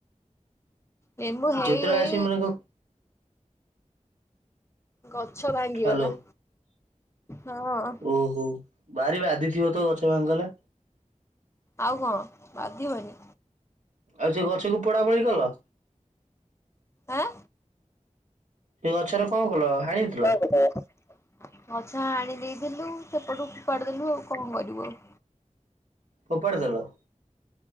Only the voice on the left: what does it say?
ଲେମ୍ବୁ ହେଇ
ହେଇ
ଗଛ ଭାଙ୍ଗିଗଲା
ହଁ।
ଆଉ କଣ ବାଧିବନି।
ଆଁ
ଗଛ ହାଣି ଦେଇଥିଲୁ ସେପଟକୁ ଫୋପାଡି ଦେଲୁ ଆଉ କଣ କରିବୁ ଆଉ।